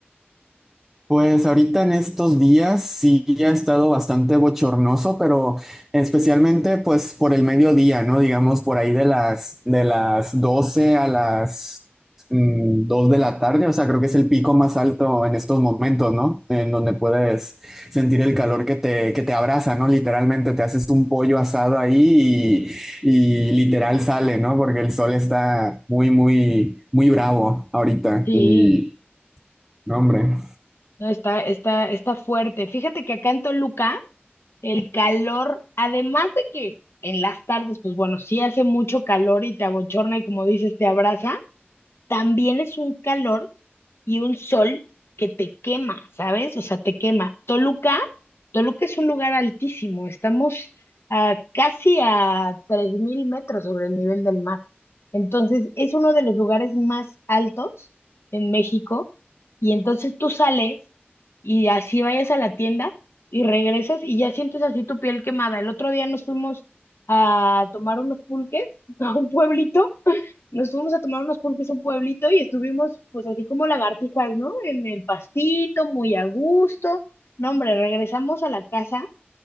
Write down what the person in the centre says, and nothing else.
Pues ahorita en estos días sí ha estado bastante bochornoso, pero especialmente pues por el mediodía, ¿no? Digamos por ahí de las de las 12 a las mm, 2 de la tarde, o sea, creo que es el pico más alto en estos momentos, ¿no? En donde puedes sentir el calor que te que te abraza, ¿no? Literalmente te haces un pollo asado ahí y, y literal sale, ¿no? Porque el sol está muy muy muy bravo ahorita
y no, hombre,